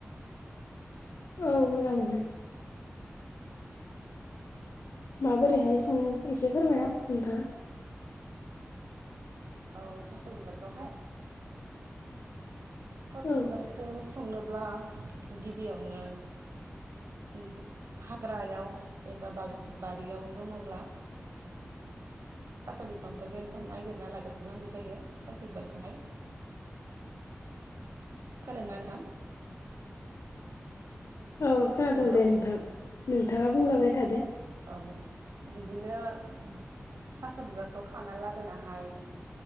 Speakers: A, on the left (about 80°); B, on the right (about 75°).
A: औ मोजां मोनो। माबोरैहाय सङो एसे फोरमायना हो नोंथाङा।
B: औ थास' बिबारखौहाय थास'
A: औ
B: बिबारखौ संनोब्ला गिबियावनो उम हाग्रायाव एबा बाग बारियाव दङोब्ला सास' बिफांफोर जेनेबा नागिरना लागोर नांगौ जायो थास' बिबारखौहाय। खोदों ना नोंथां?
A: औ खोनादोंं
B: हेल' औ
A: दे नोंथां नोंथाङा बुंलाबाय थादो।
B: औ बिदिनो उम थास' बिबारखौ खाना लाबो नाहाय